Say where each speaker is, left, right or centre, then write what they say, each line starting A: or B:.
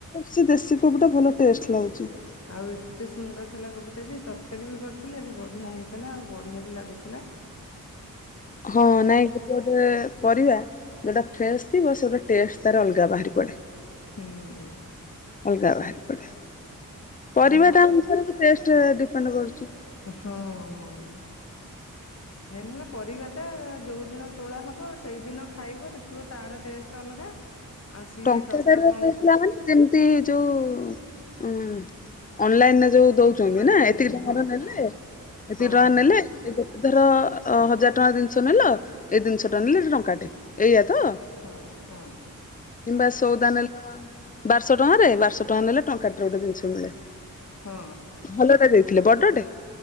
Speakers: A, on the left; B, on the left.
A: ସେ ଦେଶୀ କୋବି ଟା ଭଲ ଟେଷ୍ଟ ଲାଗୁଛି।
B: ଆଉ ଏତେ ସୁନ୍ଦର ଥିଲା କୋବିଟା ଯେ ତରକାରୀ ବି କରିିଥିଲେ ଆଜି ବଢିଆ ହେଇଥିଲା ଆଉ ବଢିଆ ବି ଲାଗୁଥିଲା। <unintelligible>
A: ହଁ ନାଇଁ କି? ଯଉ ଗୋଟେ ପରିବା ଯୋଉଟା ଫ୍ରେଶ୍ ଥିବ ସେ ଗୋଟେ ଟେଷ୍ଟ ତାର ଅଲଗା ବାହାରି ପଡେ।
B: ହୁଁଁ।
A: ଅଲଗା ବାହାରି ପଡେ। ପରିବାଟା
B: ମ
A: ଅନୁସାରେ ଟେଷ୍ଟ ଡିପେଣ୍ଡ କରୁଛି।
B: ହଁ। ମେନ୍ ହେଲା ପରିବାଟା ଯୋଉଦିନ ତୋଳା ହବ। ସେଇଦିନ ଖାଇବ ଦେଖିବ ତାର ଟେଷ୍ଟ ଅଲଗା। <unintelligible>
A: ଟଙ୍କାଟାରେ
B: ଦଶ ପନ୍ଦ
A: ଦେଇଥିଲା ମାନେ ଯେମିତି ଯୋଉ ଉ ଅନଲାଇନରେ ଯୋଉ ଦଉ ଛନ୍ତି
B: ମାର୍କେଟିଂ
A: ନା ଏତିକି ଟଙ୍କାର
B: ହଁ
A: ନେଲେ
B: ହଁ
A: ଏତିକି
B: ହଁ
A: ଟଙ୍କା
B: ହଁ
A: ନେଲେ। ସେ ଦଉ ଧର ହଜାର ଟଙ୍କା ଜିନିଷ ନେଲ। ଏଇ ଜିନିଷଟା ନେଲେ ଏ ଟଙ୍କାଟେ ଏଇଆା ତ?
B: ହୁଁ ହୁଁ।
A: କିମ୍ବା ସଉଦା ନେଲ। ବାରଶହ ଟଙ୍କାରେ ବାରଶହ ଟଙ୍କା ନେଲେ ଟଙ୍କାଟରେ ଗୋଟେ ଜିନିଷ ମିଳେ।
B: ହଁ।
A: ଭଲଟା ଦେଇଥିଲେ ବଡଟେ।